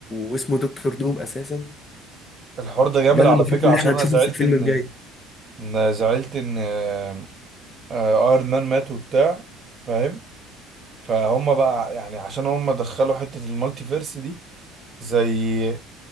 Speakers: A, on the left (about 15°); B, on the right (about 20°).
A: واسمه دكتور دوم اساسا
B: الحوار ده جامد
A: ده اللي
B: على
A: المفروض
B: فكرة
A: اللي
B: عشان
A: احنا هنشوفه
B: انا زعلت
A: في الفيلم
B: ان
A: الجاي
B: ان زعلت ان آه، آه، ايرون مان مات وبتاع فاهم فهم بقى يعني عشان هم دخلوا حتة المالتي فيرس دي زي